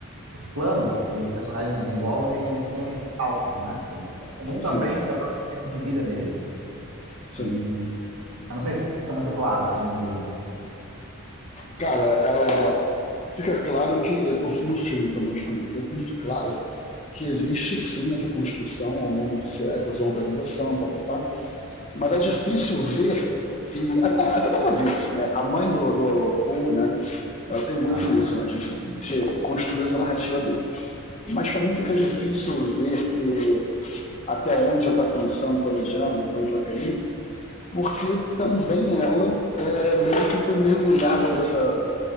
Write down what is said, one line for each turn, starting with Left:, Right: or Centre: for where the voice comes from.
Right: os planos que os personagens desenvolvem, eles têm esses saltos, né? Eles são muito
Left: Sim,
Right: à frente do próprio tempo de vida deles, né?
Left: sim.
Right: E eu não sei se fica muito claro, assim, em Duna.
Left: Cara, é, fica claro que, no filme, pelo menos também, ficou muito claro que existe sim essa construção ao longo de séculos, organização, papapá, mas é difícil ver, e até, até dá pra ver, né? A mãe do, do Paul, né? Ela tem muito
Right: Aham,
Left: isso, né? De, de construir essa narrativa dele. Mas também fica difícil ver que até onde ela está pensando, planejando, de onde vai cair, porque também ela é, meio que foi mergulhada dessa,